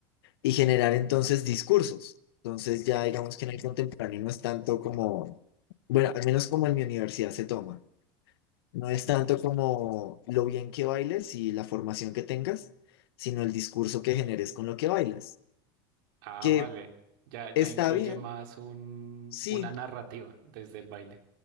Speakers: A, on the left; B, on the right.
A: Y generar entonces discursos. Entonces ya digamos que en el contemporáneo no es tanto como, bueno, al menos como en mi universidad se toma. No es tanto como lo bien que bailes y la formación que tengas, sino el discurso que generes con lo que bailas
B: Ah,
A: que
B: vale. Ya,
A: está
B: ya incluye
A: bien,
B: más un,
A: sí,
B: una narrativa desde el baile.